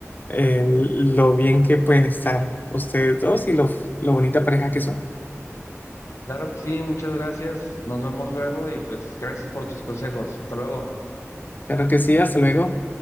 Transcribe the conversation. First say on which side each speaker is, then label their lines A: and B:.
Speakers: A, on the left (about 35°); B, on the left (about 70°).
A: eh, lo bien que pueden estar ustedes dos y lo, lo bonita pareja que son.
B: Claro que sí, muchas gracias. Nos vemos luego y pues gracias por tus consejos. Hasta luego.
A: Claro que sí, hasta luego.